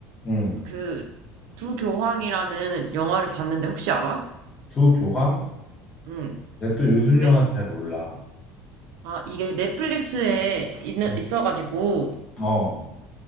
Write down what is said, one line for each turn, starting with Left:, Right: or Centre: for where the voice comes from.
Left: 응.
Right: 그 두 교황이라는 영화를 봤는데 혹시 알아?
Left: 두 교황?
Right: 응,
Left: 내가 또 요즘
Right: 넷,
Left: 영화 잘 몰라.
Right: 아, 이게 넷플릭스에 있는,
Left: 음.
Right: 있어가지고
Left: 어,